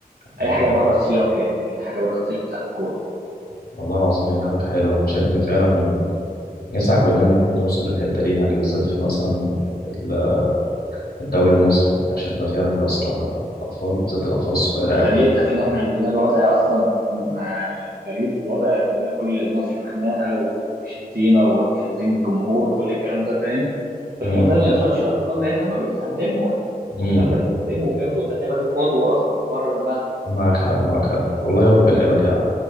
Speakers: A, on the left; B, on the right.
A: امم
B: اي حاجه بره السياق يعني اي حاجه بره السياق بتاع الكوره
A: والله العظيم يعني حركة حلوة أنا شايف إن فعلا نسعى كلنا إن إحنا نوصل للحتة دي يعني بالذات في مثلا ال- الدوري المصري عشان ده فعلا بيأثر على الأطفال بالذات الأطفال الصغيرة
B: يا
A: أوي
B: ريت عشان احنا عندنا الوضع اصلا آه، غريب والوضع عندنا كل ماتش بخناقه و... وشتيمه وشتيم الجمهور وكل الكلام ده فاهم فالكلام
A: مم.
B: ده ما يوصلش للاطفال لان هم بيتعلموا يعني
A: مم.
B: الكلام ده بيتعلموا وبياخدوا اللعيبه دي قدوه اصلا بره الملعب
A: معك حق معك حق والله يا رب اللعيبة تعب